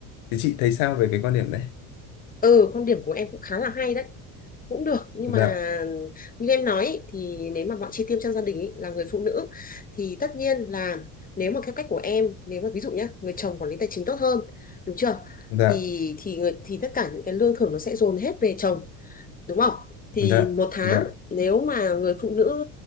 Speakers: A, on the left; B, on the left.
A: thì chị thấy sao về cái quan điểm đấy
B: ừ quan điểm của em cũng khá là hay đấy cũng được nhưng
A: dạ
B: mà như em nói ý, thì nếu mà bọn chi tiêu trong gia đình ý, là người phụ nữ thì tất nhiên là nếu mà theo cách của em nếu mà ví dụ nhá người chồng quản lý tài chính tốt hơn đúng chưa
A: dạ
B: thì thì người thì tất cả những cái lương thưởng nó sẽ dồn hết về chồng đúng không thì
A: dạ
B: một tháng
A: dạ
B: nếu mà người phụ nữ